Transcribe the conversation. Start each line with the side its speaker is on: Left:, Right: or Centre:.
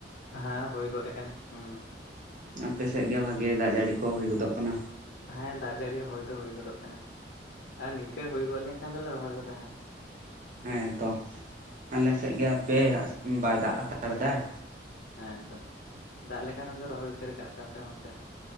Left: ᱦᱮᱸ ᱦᱳᱭ ᱜᱚᱫ ᱟᱠᱟᱱᱟ᱾ ᱦᱩᱸ
Right: ᱟᱯᱮ ᱥᱮᱫ ᱜᱮ ᱵᱷᱟᱜᱮ ᱫᱟᱜ ᱡᱟᱹᱲᱤ ᱠᱚ ᱦᱳᱭ ᱜᱚᱫᱚᱜ ᱠᱟᱱᱟ᱾
Left: ᱦᱮᱸ ᱫᱟᱜ ᱡᱟᱹᱲᱤ ᱦᱳᱭ ᱫᱚ ᱦᱳᱭ ᱜᱚᱫᱚᱜ ᱠᱟᱱᱟ ᱟᱨ ᱱᱤᱝᱠᱟᱹ ᱦᱳᱭ ᱜᱚᱫ ᱞᱮᱱ ᱠᱷᱟᱱ ᱫᱚᱞᱮ ᱨᱚᱦᱚᱭ ᱜᱚ ᱫᱟ ᱦᱟᱸᱜ
Right: ᱦᱮᱸᱛᱚ ᱟᱞᱮ ᱥᱮᱫ ᱜᱮ ᱦᱟᱯᱮ ᱵᱟᱭ ᱫᱟᱜ ᱦᱟᱛᱟᱲ ᱫᱟᱭ
Left: ᱦᱮᱸᱛᱚ ᱫᱟᱜ ᱞᱮ ᱠᱷᱟᱱ ᱩᱱ ᱫᱚ ᱨᱚᱦᱚᱭ ᱩᱛᱟᱹᱨ ᱠᱟᱜ ᱯᱮ ᱟᱯᱮ ᱚᱱᱛᱮ ᱦᱚᱸᱼᱼ